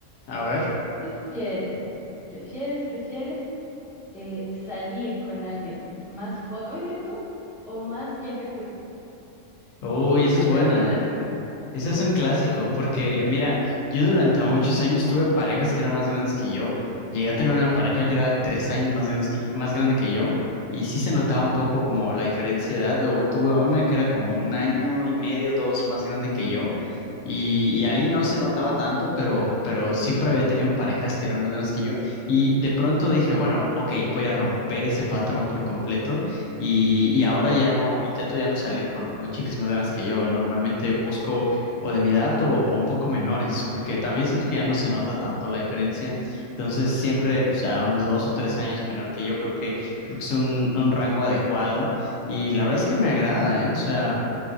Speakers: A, on the left (about 90°); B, in the centre.
A: A ver.
B: ¿Prefieres, prefieres, prefieres eh, salir con alguien más joven que tú o más vieja que tú?
A: Uy,
B: Simple,
A: esa es
B: pero
A: buena.
B: un clásico.
A: Ese
B: Sí,
A: es un
B: sí.
A: clásico, porque mira, yo durante muchos años tuve parejas que eran más grandes que yo. Llegué a tener una pareja que era tres años más grandes que, más grande que yo, y sí se notaba un poco como la diferencia de edad. Luego tuve una que era como un año y medio, dos más grande que yo, y, y ahí no se notaba tanto, pero, pero siempre había tenido parejas que eran más grandes que yo. Y de pronto dije, bueno, ok, voy a romper ese patrón por completo. Y, y ahora ya no, intento ya no salir con, con chicas más grandes que yo. Normalmente busco o de mi edad o, o un poco menores, porque también siento que ya no se nota tanto la diferencia. Entonces, siempre pues, a unos dos o tres años menor que yo, creo que, creo que es un, un rango adecuado. Y la verdad es que me agrada, ¿eh? O sea,